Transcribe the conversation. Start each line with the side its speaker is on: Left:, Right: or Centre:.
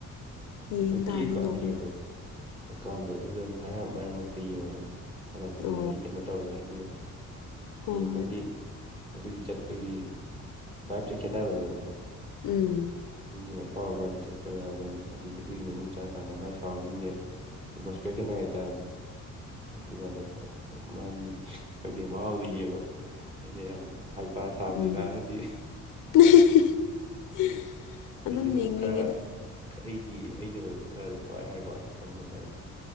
Left: ꯌꯦꯡ
Right: ꯑꯩꯒꯤ
Left: ꯇꯥꯔꯦ
Right: ꯑꯦꯀꯥꯎꯟ
Left: ꯅꯣꯉꯃ
Right: ꯀꯩꯅꯣꯗꯣ ꯑꯦꯀꯥꯎꯟꯗꯣ ꯑꯗꯨ ꯑꯗꯨꯝ ꯍꯥꯏꯔꯞ ꯃꯔꯛ ꯃꯔꯛꯇ ꯌꯦꯡꯉꯣ ꯑꯗꯨꯝ ꯊꯥꯒꯠꯄꯅꯦ
Left: ꯑꯣ
Right: ꯑꯩ ꯀꯩꯅꯣ ꯇꯧꯔꯁꯨ ꯍꯥꯏꯕꯤꯔꯛꯀꯦ
Left: ꯍꯣꯏ
Right: ꯌꯦꯡꯕ
Left: ꯍꯣꯏ
Right: ꯍꯥꯏꯗꯤ ꯑꯗꯨꯒꯤ ꯆꯠꯄꯒꯤ ꯕꯥꯏꯞꯁꯦ ꯈꯦꯠꯅꯕꯅꯦꯕ ꯈꯪꯕꯔ
Left: ꯎꯝ
Right: ꯃꯤꯒꯤ ꯃꯐꯝ ꯑꯃ ꯑꯗꯨ ꯆꯠꯄꯗ ꯑꯗꯨꯝ ꯑ ꯑꯗꯨꯒꯤ ꯃꯅꯨꯡ ꯆꯪꯉꯀꯥꯟꯗ ꯃꯥꯏ ꯁꯔꯥꯎꯟꯗꯤꯡꯁꯦ ꯑꯦꯠꯃꯣꯁꯐꯤꯌꯔ ꯈꯦꯠꯅꯩ ꯍꯥꯏꯇꯥꯔꯦꯅꯦ ꯑꯗꯨꯀꯥꯟꯗ ꯍꯣꯏ ꯃꯥꯒꯤ ꯈꯪꯗꯦ ꯃꯥꯥꯎꯗꯣ ꯌꯦꯡꯉꯣ ꯑꯩꯅ ꯌꯥꯝ ꯍꯥꯏꯄꯥ ꯁꯥꯕꯁꯨ
Left: ꯎꯝ
Right: ꯀꯥꯟꯅꯗꯦ
Left: <unintelligible> ꯑꯗꯨꯝ
Right: ꯑꯩꯁꯨ ꯁꯨꯝ
Left: ꯌꯦꯡꯅꯤꯡꯉꯤꯗ
Right: ꯈꯔ ꯑꯩꯒꯤ ꯑꯩꯅ ꯑꯣꯏꯕ ꯈꯔꯗꯣ ꯄꯨꯡꯍꯥꯏ ꯍꯥꯏꯕꯩ ꯋꯥꯅꯤ ꯈꯪꯕ ꯈꯔꯗ